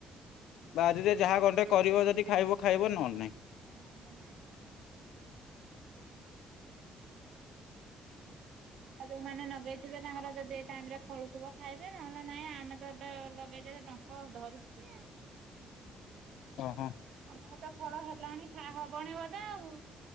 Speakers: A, on the left (about 85°); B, on the right (about 70°).
A: ବାରି ରେ ଯଦି ଯାହା ଗଣ୍ଟେ କରିବ ଯଦି। ଖାଇବ ଖାଇବ ନହେଲେ ନାହିଁ।
B: ହମ ନାହିଁ। ଆ ଯୋଉମାନେ ଲଗେଇଥିବେ ତାଙ୍କର ଯଦି ଏ ଟାଇମ ରେ ଫଳୁଥିବ ଖାଇବେ ନହେଲେ ନାଇଁ ଆମେ ତ ଏବେ ଲଗେଇଛୁ ଯେ ଡଙ୍କ ଧରୁଛି ଆଉ।
A: ଓହୋ
B: ଆମର ତ ଫଳ ହେଲାଣି ଖାଁ ହବଣୀ ବୋଧେ ଆଉ।